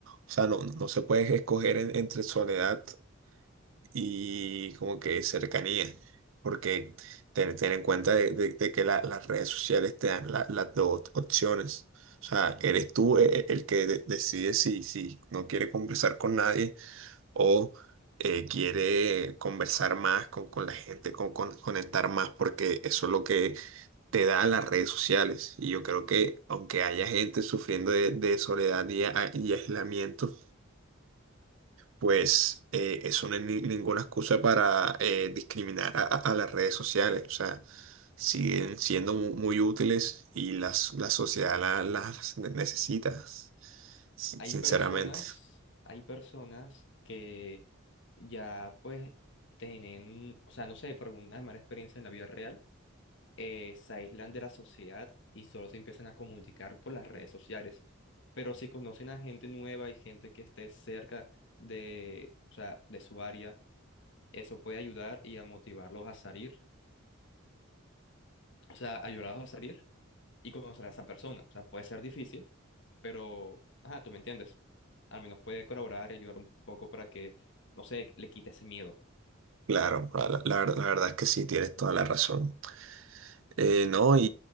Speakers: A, on the right (about 70°); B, on the left (about 60°).
A: sea, no, no se puede escoger en- entre soledad y como que cercanía, porque ten, ten en cuenta de, de- de que la- las redes sociales te dan la- las dos opciones. O sea, eres tú e- e- el, que de- decide si, si no quiere conversar con nadie o eh, quiere conversar más con, con la gente, con, con- conectar más, porque eso es lo que te da las redes sociales. Y yo creo que aunque haya gente sufriendo de, de soledad y, a- y aislamiento, pues eh, eso no es ni- ninguna excusa para eh, discriminar a, a- a las redes sociales. O sea, siguen siendo mu- muy, útiles y las, la sociedad la- las necesita, sin-
B: Hay
A: sinceramente.
B: personas, hay personas que ya pues tienen, o sea, no sé, por alguna mala experiencia en la vida real, eh, se aíslan de la sociedad y solo se empiezan a comunicar por las redes sociales. Pero si conocen a gente nueva y gente que esté cerca de, o sea, de su área, eso puede ayudar y a motivarlos a salir o sea, ayudarlos a salir y conocer a esa persona. O sea, puede ser difícil, pero, ajá, tú me entiendes. Al menos puede colaborar y ayudar un poco para que, no sé, le quite ese miedo.
A: Claro, la, la la verdad la verdad es que sí, tienes toda la razón. Eh, no, y,